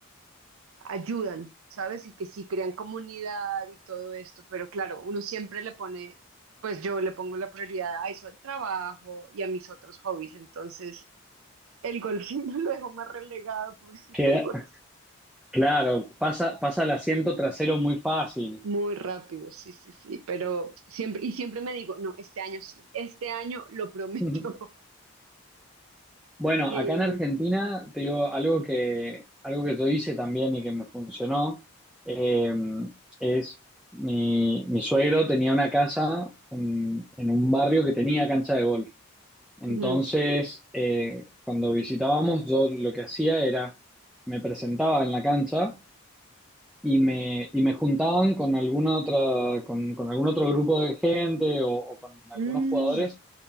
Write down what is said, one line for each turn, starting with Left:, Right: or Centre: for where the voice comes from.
Right: ayudan, ¿sabes? Y que sí crean comunidad y todo esto, pero claro, uno siempre le pone, pues yo le pongo la prioridad a eso, al trabajo y a mis otros hobbies, entonces... El golfito <laughs> lo dejó más relegado, pobrecito
Centre: Que,
Right: el golf.
Centre: claro, pasa, pasa el asiento trasero muy fácil.
Right: Muy rápido, sí, sí, sí, pero siempre, y siempre me digo, no, este año sí, este año lo prometo.
Centre: <laughs>
Right: <laughs>
Centre: Bueno,
Right: Y,
Centre: acá en Argentina, te digo, algo que, algo que yo hice también y que me funcionó, eh, es mi, mi suegro tenía una casa en, en un barrio que tenía cancha de golf. Entonces,
Right: ujú.
Centre: eh, cuando visitábamos, yo lo que hacía era, me presentaba en la cancha y me, y me juntaban con alguna otra, con, con algún otro grupo de gente o, o con algunos
Right: Mm,
Centre: jugadores
Right: Sí.